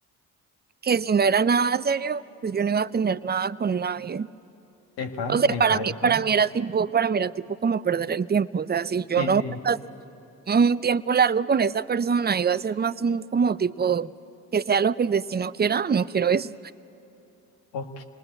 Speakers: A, on the right; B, on the left.
A: que si no era nada serio, pues yo no iba a tener nada con nadie.
B: Epa,
A: O sea, para
B: epa,
A: mí,
B: epa.
A: para mí era tipo, para mí era tipo como perder el tiempo. O sea, si yo
B: Sí,
A: no
B: sí.
A: iba a estar un tiempo largo con esa persona, iba a ser más un como tipo que sea lo que el destino quiera, no quiero eso.
B: Ok,